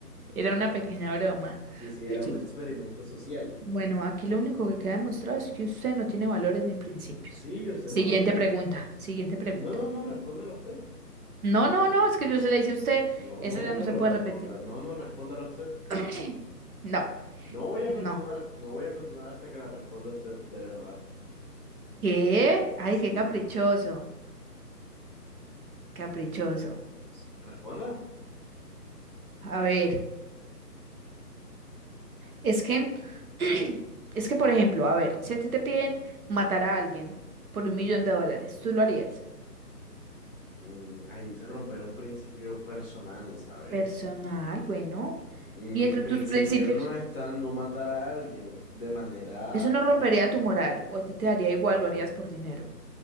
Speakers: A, on the right; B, on the left.
A: Era una pequeña broma.
B: Sí, sí, era
A: <clears throat>
B: un experimento social.
A: Bueno, aquí lo único que queda demostrado es que usted no tiene valores ni principios.
B: Sí, usted
A: Siguiente
B: no lo haría.
A: pregunta, siguiente pregunta.
B: No, no, no, respóndalo usted.
A: No, no, no, es que yo se le hice a usted,
B: No,
A: eso
B: no,
A: ya no
B: pero
A: se puede
B: responda.
A: repetir.
B: No, no, respóndalo usted.
A: <clears throat> No,
B: No voy a
A: no.
B: continuar, no voy a continuar hasta que la responda usted, de verdad.
A: ¿Qué? Ay,
B: Sí.
A: qué caprichoso, caprichoso.
B: s- Responda.
A: A ver. Es que, <clears throat> es que, por ejemplo, a ver, si a ti te piden matar a alguien por un millón de dólares, ¿tú lo harías?
B: Mm, ahí dice romper un principio personal, ¿sabe?
A: Personal, bueno.
B: Mm,
A: Y
B: Mis
A: entre
B: principios
A: tus principios,
B: no están no matar a alguien de manera...
A: eso no rompería tu moral, o a ti te daría igual, lo harías por dinero.